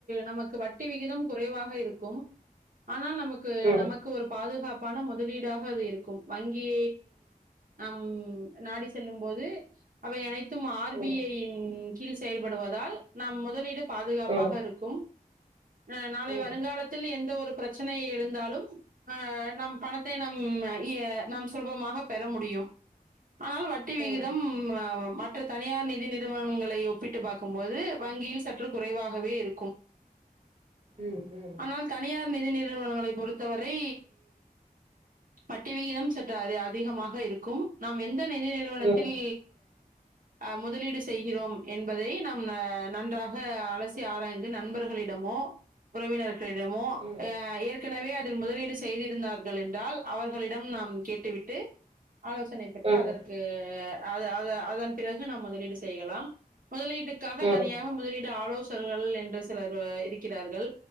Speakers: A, on the right; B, on the right.
A: நமக்கு வட்டி விகிதம் குறைவாக இருக்கும் ஆனால் நமக்கு
B: ம்
A: நமக்கு ஒரு பாதுகாப் பான முதலீடாக அது இருக்கும் வங்கி நம் நாடி செல்லும் போது அவை அனைத்தும் ஆர்
B: ம்
A: பி ஐ யின் கீழ் செயல்படுவதால் நாம் முதலீடு பாதுகாப்பாக
B: ம்
A: இருக் கும் அ நாளை
B: ம்
A: வருங்காலத்தில் எந்த ஒரு பிரச் சனை இருந்தாலும் அ நம் பணத்தை நம் இய நாம் சுலபமாக பெற முடியும் ஆனால் வட்டி விகிதம்
B: ம்
A: ம ற்ற தனியார் நிதி நிறுவனங்களை ஒப்பிட்டு பாக்கும்போது வங்கியில் சற்று குறைவாகவே இருக்கும்
B: ம் ம்
A: ஆனால் தனியார் நிதி நிறுவனங்களை பொறுத்தவரை வட்டி விகிதம் சற்று அ அதிகமாக இருக்கும் நாம் எந்த நிதி நிறுவனத்தில்
B: ம் ம்
A: அ முதலீடு செய்கிறோம் என்பதை நம்ம நன்றாக அலசி ஆராய்ந்து நண்பர்களி டமோ உறவினர் களிடமோ
B: ம்
A: அ ஏற்கனவே அதில் முதலீடு செய்திருந்தார்கள் என்றால் அவர்களிடம் நாம் கேட்டு விட்டு ஆலோசனை பெற்று
B: ம்
A: அதற்கு அத அத அதன் பிறகு நாம் முதலீடு செய்யலாம் முதலீட்டுக்காக
B: ம்
A: தனியாக முதலீடு ஆலோசகர்கள் என்று சிலர் இருக்கிறார்கள்